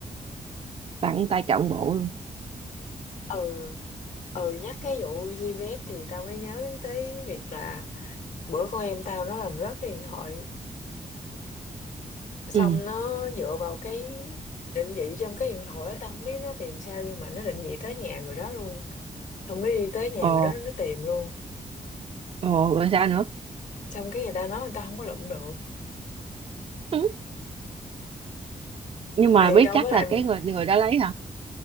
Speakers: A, on the right; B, on the left.
A: tặng tay trọn bộ luôn
B: Ừ, ừ nhắc cái vụ GPS thì tao mới nhớ tới việc là bữa con em tao nó làm rớt cái điện thoại. Xong
A: ừ
B: nó dựa vào cái định vị trong cái điện thoại đó tao không biết nó tìm sao nhưng mà nó định vị tới nhà người đó luôn. Xong nó đi tới nhà
A: ồ
B: người đó nó tìm luôn.
A: ồ rồi sao nữa
B: Xong cái người ta nói người ta không có lụm được.
A: ừ. nhưng mà
B: thì
A: biết
B: đâu
A: chắc
B: có làm
A: là cái người người đã lấy hả